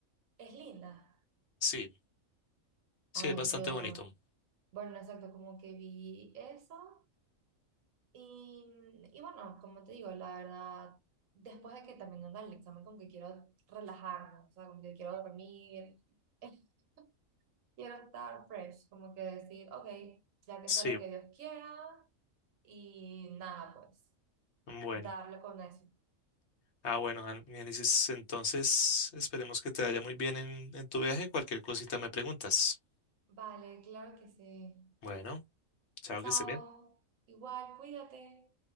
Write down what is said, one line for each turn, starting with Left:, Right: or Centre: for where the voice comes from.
Right: Es linda.
Left: Sí, Sí,
Right: Ay,
Left: es bastante
Right: Dios.
Left: bonito.
Right: Bueno, exacto, como que vi eso. Y, y bueno, como te digo, la verdad, después de que también anda el examen, como que quiero relajarme, o sea, como que quiero dormir, <laughs> quiero estar fresh, como que decir, ok, ya que
Left: Sí,
Right: sea lo que Dios quiera, y nada, pues,
Left: bueno.
Right: darle con eso.
Left: Ah, bueno, Jan- Génesis, entonces esperemos que te vaya muy bien en, en tu viaje. Cualquier cosita me preguntas.
Right: Vale, claro que sí.
Left: Bueno, chao,
Right: Chao.
Left: que estés bien.
Right: Igual, cuídate.